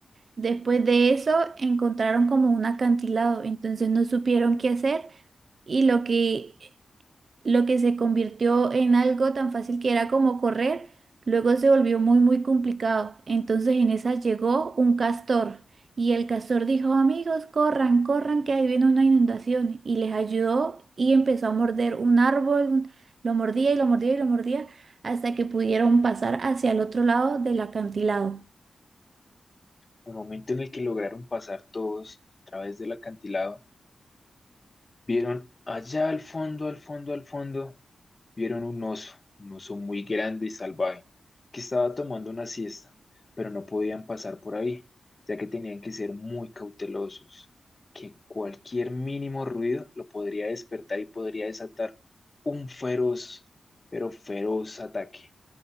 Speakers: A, on the right (about 50°); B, on the left (about 25°).
A: Después de eso, encontraron como un acantilado, entonces no supieron qué hacer y lo que lo que se convirtió en algo tan fácil que era como correr, luego se volvió muy, muy complicado. Entonces en esa llegó un castor y el castor dijo, amigos, corran, corran, que ahí viene una inundación. Y les ayudó y empezó a morder un árbol, lo mordía y lo mordía y lo mordía hasta que pudieron pasar hacia el otro lado del acantilado.
B: Al momento en el que lograron pasar todos a través del acantilado, vieron allá al fondo, al fondo, al fondo, vieron un oso, un oso muy grande y salvaje, que estaba tomando una siesta, pero no podían pasar por ahí, ya que tenían que ser muy cautelosos, que cualquier mínimo ruido lo podría despertar y podría desatar un feroz, pero feroz ataque.